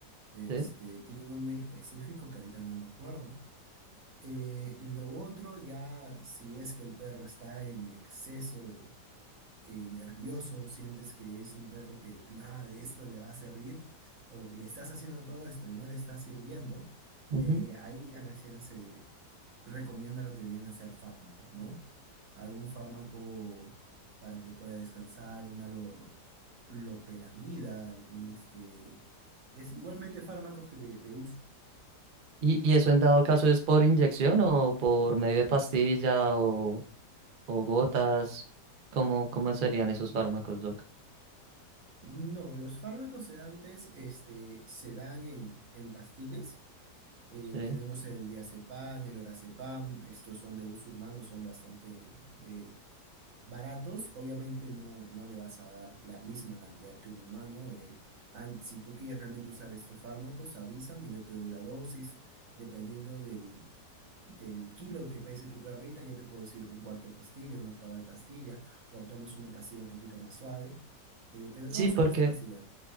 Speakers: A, on the right; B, on the right.
A: Este,
B: ¿sí?
A: tiene un nombre específico que ahorita no me acuerdo. Eh, lo otro ya, si es que el perro está en exceso eh, nervioso, sientes que es un perro que nada de esto le va a servir, o le estás haciendo todo esto y no le está sirviendo,
B: Ujú.
A: eh, ahí ya recién se recomienda lo que vienen a ser fármacos, ¿no? Algún fármaco para que pueda descansar, una lo- loperamida, algún este... Es igualmente fármacos que de, de uso.
B: ¿Y, y eso en dado caso es por inyección o por medio de pastilla o, o gotas? ¿Cómo, cómo serían esos fármacos, Doc?
A: No, los fármacos sedantes este, se dan en, en pastillas. Eh,
B: Sí.
A: tenemos el diazepam, el lorazepam, estos son de uso humano, son bastante eh, baratos. Obviamente no, no le vas a dar la misma cantidad que un humano. eh. An- si tú quieres realmente usar estos fármacos, avísame, yo te doy la dosis. Dependiendo del, del kilo que pese tu perrita, yo te puedo decir un cuarto de pastilla, un octavo de pastilla, o optamos una pastilla un poquito más suave. eh, pero
B: Sí,
A: todos
B: porque
A: solo en pastilla.